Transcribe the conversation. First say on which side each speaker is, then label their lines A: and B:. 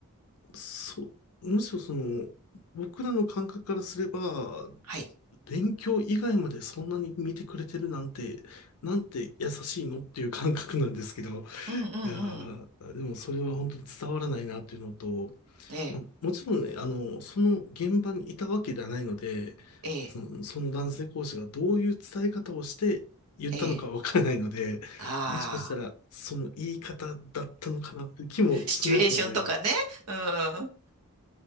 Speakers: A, on the left; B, on the right.
A: そう、むしろその、僕らの感覚からすれば、
B: はい。
A: 勉強以外までそんなに見てくれてるなんて、なんて優しいのっていう感覚なんですけど、
B: うんうんうん。
A: いやーでもそれは本当に伝わらないなというのと、
B: ええ、
A: まあ、もちろんね、あの、その現場にいたわけではないので、
B: ええ、
A: その、その男性講師がどういう伝え方をして言ったのかわからないので、
B: ええ。ああ。
A: もしかしたらその言い方だったのかなという気もしなくはないんです。
B: シチュエーションとかね。うん。